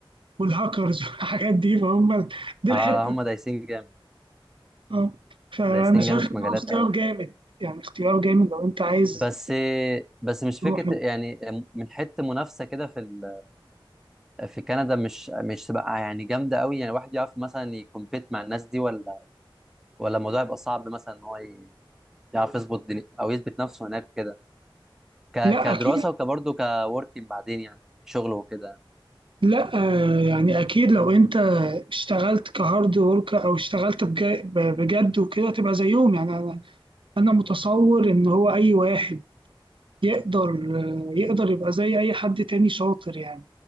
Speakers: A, on the right; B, in the centre.
A: والهاكرز <laughs> والحاجات دي فهم دي
B: اه
A: الحتة
B: هم دايسين جامد
A: اه فأنا
B: دايسين
A: شايف
B: جامد في مجالات
A: إن هو اختيار
B: قوي
A: جامد يعني اختيار جامد لو أنت عايز
B: بس بس مش
A: تروح
B: فكرة يعني من حتة منافسة كده في ال... في كندا مش مش تبقى يعني جامدة قوي يعني الواحد يعرف مثلا يكمبيت مع الناس دي ولا ولا الموضوع يبقى صعب مثلا ان هو ي- يعرف يظبط دني... او يثبت نفسه هناك كده ك...
A: لا
B: كدراسة
A: أكيد
B: وكبرضه كوركينج بعدين يعني شغل وكده
A: لا آه، يعني أكيد لو أنت اشتغلت كهارد ورك أو اشتغلت بج- بجد وكده تبقى زيهم يعني انا متصور ان هو اي واحد يقدر يقدر يبقى زي اي حد تاني شاطر يعني